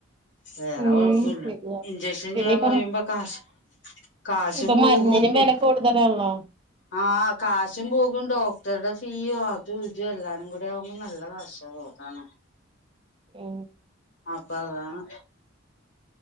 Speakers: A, on the left; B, on the right.
A: വേറെ
B: ഉം
A: കൊഴപ്പുല്ല
B: ശരിയാ
A: ഇഞ്ചക്ഷൻ
B: പിന്നിപ്പം
A: ചെയ്യാൻ പറയുമ്പോ
B: ഇപ്പം
A: കാഷ് കാശും
B: ഇപ്പം
A: പോകും
B: മരുന്നിനും
A: പിന്നെ
B: വെല കൂടുതലാണല്ലോ
A: ആഹ് കാശും പോകും ഡോക്ടറ്ടെ ഫീ അതും ഇതു എല്ലാതും കൂടി ആവുമ്പോ നല്ല കാഷാ ഓഹ് അതാണ്
B: ഏ
A: അപ്പം അതാണ്